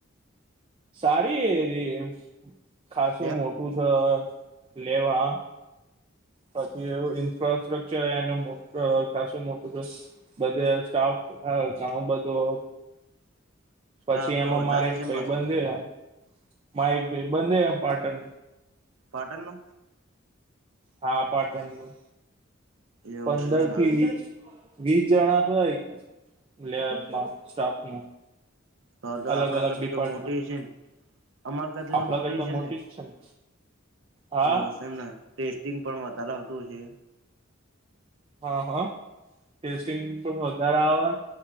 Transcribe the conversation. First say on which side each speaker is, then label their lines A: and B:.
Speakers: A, on the right (about 25°); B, on the right (about 65°).
A: સારી એ ખાસું
B: લેબ
A: મોટું છે લેવા. બાકી એવ ઇન્ફ્રાસ્ટ્રક્ચર એનું કાસું મોટું કે. બધે સ્ટાફ હ ઘાવો બધું.
B: <inaudible>
A: પછી
B: તો
A: એમાં
B: વધારે
A: મારે એક
B: છે ને
A: ભાઈ
B: પાછો
A: બંધયા મા એક ભાઈ બંધેયા પાટણ.
B: પાટનનું.
A: હા પાટણ નું
B: એવું
A: પંદરથી
B: છે એમને
A: વીસ વીસ જણા થાય લેબમાં સ્ટાફમાં.
B: તો તો
A: અલગ
B: આપણા
A: અલગ
B: કરતી
A: ડિપાર્ટમેન્ટ
B: તો મોટી છે ને. અમાર કર
A: આપડા
B: તો મોટી
A: કરતા
B: છે લે
A: જ ને હા
B: એવું છેમ. ટેસ્ટિંગ પણ વધારે આવતોું છે.
A: હા હા ટેસ્ટિંગ પણ વધારે આવે.